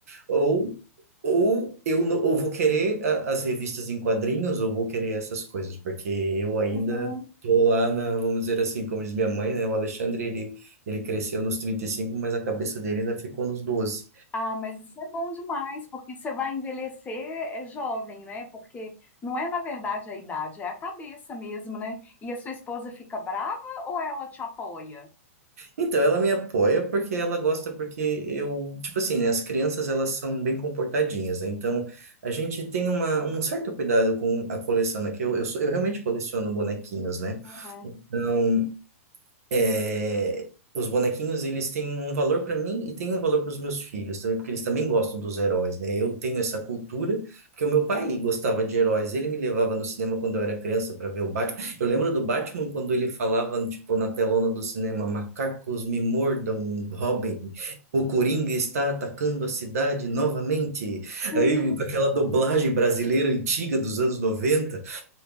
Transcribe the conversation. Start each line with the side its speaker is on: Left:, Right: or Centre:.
Right: ou, ou eu não, ou vou querer a- as revistas em quadrinhos, ou vou querer essas coisas, porque eu ainda
Left: uhum.
Right: tô lá na, vamos dizer assim, como diz minha mãe, né? O Alexandre, ele, ele cresceu nos 35 mas a cabeça dele ainda ficou nos doze
Left: Ah, mas isso é bom demais, porque você vai envelhecer é jovem, né? Porque não é, na verdade, a idade, é a cabeça mesmo, né? E a sua esposa fica brava ou ela te apoia?
Right: Então, ela me apoia porque ela gosta, porque eu, tipo assim, né? As crianças, elas são bem comportadinhas, né? Então, a gente tem uma, um certo cuidado com a coleção, né? Que eu, eu, sou, eu realmente coleciono bonequinhos, né?
Left: Uhum.
Right: então é, os bonequinhos eles têm um valor para mim e têm um valor para os meus filhos também, porque eles também gostam dos heróis, né? Eu tenho essa cultura, porque o meu pai gostava de heróis, ele me levava no cinema quando eu era criança para ver o Batman. Eu lembro do Batman quando ele falava, tipo, na telona do cinema, macacos me mordam, Robin, o Coringa está atacando a cidade novamente.
Left: Uhum.
Right: Aí, com aquela dublagem brasileira antiga dos anos noventa